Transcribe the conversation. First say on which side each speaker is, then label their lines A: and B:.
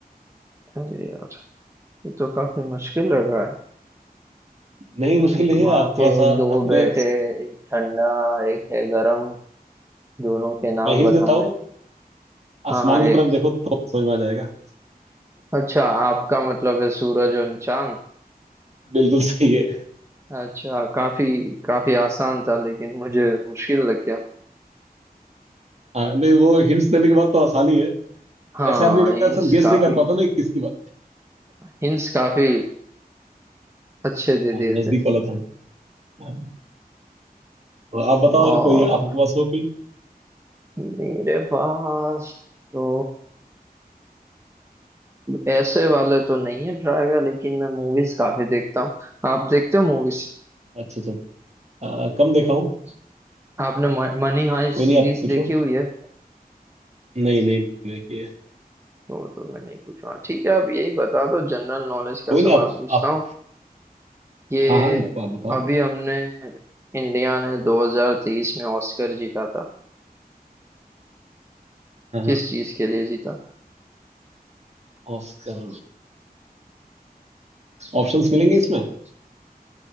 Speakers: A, on the right; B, on the right.
A: अरे यार ये तो काफी मुश्किल लग रहा है
B: नहीं मुश्किल
A: एक
B: नहीं
A: माँ
B: है आप
A: के
B: थोड़ा सा
A: दो
B: अपने
A: बेटे एक ठंडा एक है गरम दोनों के नाम
B: मैं हिंट
A: बताने
B: देता हूँ आसमान
A: हाँ हाँ
B: की
A: एक
B: तरफ देखो तो समझ में आ जाएगा
A: अच्छा आपका मतलब है सूरज और चांद
B: बिल्कुल सही है
A: अच्छा काफी काफी आसान था लेकिन मुझे मुश्किल लग गया
B: हाँ नहीं वो हिंट्स देने के बाद तो आसानी है
A: हाँ
B: ऐसे आदमी अगर
A: हिंट्स
B: सब गेस
A: काफी
B: नहीं कर पाता ना कि किसकी बात
A: हिंट्स काफी अच्छे दे
B: हाँ
A: दिए
B: नजदीक
A: थे
B: वाला था हाँ, तो आप बताओ
A: और
B: और कोई आपके पास हो कोई
A: मेरे पास तो ऐसे वाले तो नहीं है ड्राइवर लेकिन मैं मूवीज काफी देखता हूँ आप देखते हो मूवीज
B: अच्छा अच्छा आ, कम देखा हूँ
A: आपने मनी हाइस्ट
B: कोई नहीं
A: सीरीज
B: आप पूछो
A: देखी हुई है
B: नहीं नहीं नहीं ये
A: तो तो मैंने पूछा ठीक है आप यही बता दो जनरल नॉलेज
B: कोई
A: का
B: नहीं
A: सवाल
B: आप
A: पूछता
B: आप
A: हूँ ये
B: हाँ हाँ आप बताओ
A: अभी हमने इंडिया ने 2023 में ऑस्कर जीता था
B: हाँ
A: किस
B: हाँ
A: चीज के लिए जीता था
B: ऑस्कर ऑप्शंस मिलेंगे इसमें <laughs>